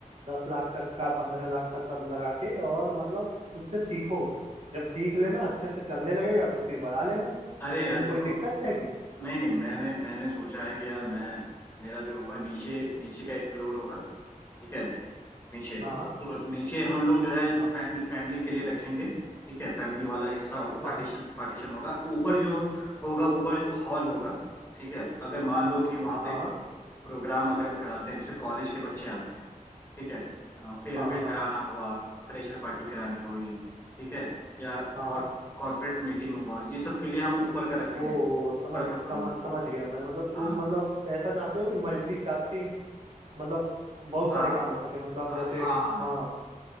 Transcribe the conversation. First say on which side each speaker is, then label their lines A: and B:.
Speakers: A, on the right (about 45°); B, on the left (about 15°).
A: दस लाख तक का पंद्रह लाख तक का लगा के और मतलब उससे सीखो जब सीख लेना अच्छे से चलने लगेगा तो फिर बढ़ा लेना
B: अरे
A: इसमें
B: यार
A: कोई
B: देखो
A: दिक्कत है कि
B: नहीं नहीं मैंने मैंने सोचा है कि यार मैं मेरा जो होगा नीचे नीचे का एक फ्लोर होगा ठीक है नीचे
A: हाँ
B: तो नीचे हम लोग जो है
A: हाँ
B: फैमिली फैमिली के लिए रखेंगे ठीक है फैमिली वाला हिस्सा
A: अच्छा
B: पार्टीशन पार्टीशन होगा ऊपर जो होगा ऊपर हॉल होगा ठीक है अगर मान लो कि वहाँ
A: हाँ
B: पे प्रोग्राम अगर कराते हैं जैसे कॉलेज के बच्चे आते हैं ठीक है फेयरवेल
A: हाँ हाँ
B: कराना हुआ फ्रेशर पार्टी करानी हुई ठीक है या
A: हाँ
B: कॉर्पोरेट मीटिंग हुआ ये सब के लिए हम ऊपर का रखेंगे
A: वो
B: ऊपर
A: समझ
B: का फ्लोर
A: समझ समझ गया
B: ठीक है
A: मैं मतलब तुम
B: हाँ
A: मतलब ऐसा चाहते हो कि मल्टीटास्किंग मतलब बहुत
B: हाँ
A: सारे काम हो सके मतलब
B: हाँ
A: जैसे
B: हाँ हाँ। हाँ।
A: हाँ